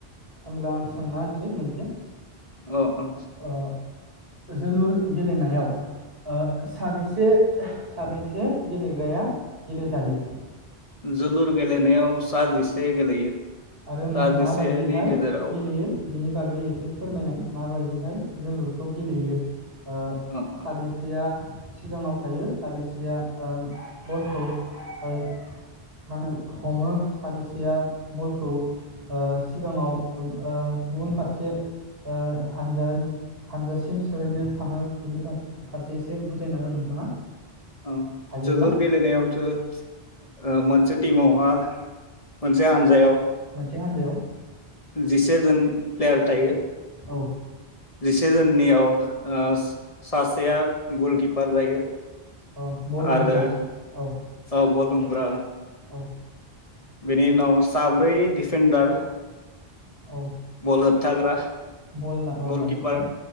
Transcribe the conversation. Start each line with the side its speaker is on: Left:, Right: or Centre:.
Right: होमब्ला आं सोंना होनोसै मोनसे
Left: अ अ
Right: ओ जोलुर गेलेनायाव ओ साबैसे साबैसे गेलेग्राया गेलेजायो
Left: जोलुर गेलेनायाव सा जिसे गेलेयो
Right: आरो
Left: सा जिसेनि
Right: माबायदिहाय
Left: गेजेराव
Right: गेलेयो बेनि बागै एसे फोरमायनाय माबायदिहाय जोलुरखौ गेलेयो ओ
Left: अ अ
Right: साबैसेया सिगाङाव थायो साबेसेया बलखौ ओ मा होनो हमो साबेसेया बलखौ खौ ओ सिगाङाव ओ गुबुन फारसे ओ हानजानि हानजासिम सोहैनो थाङो बेनि फारसे एसे बुजायना हो नोंथाङा
Left: औ
Right: हायोब्ला
Left: जोलुर गेलेनायावथो ओ मोनसे टिमावहा मोनसे हान्जायाव
Right: मोनसे हान्जायाव
Left: जिसे जोन प्लेयार थायो
Right: औ
Left: जिसेजोननियाव ओ सासेया गलकिपार जायो
Right: औ बल
Left: आरो
Right: हमग्रा औ
Left: औ बल हम ब्रा
Right: औ <inaudible>
Left: बेनि उनाव साब्रै डिफेडार
Right: औ
Left: बल होबथाग्रा
Right: बल ला- औ
Left: गलकिपार
Right: लाखिग्रा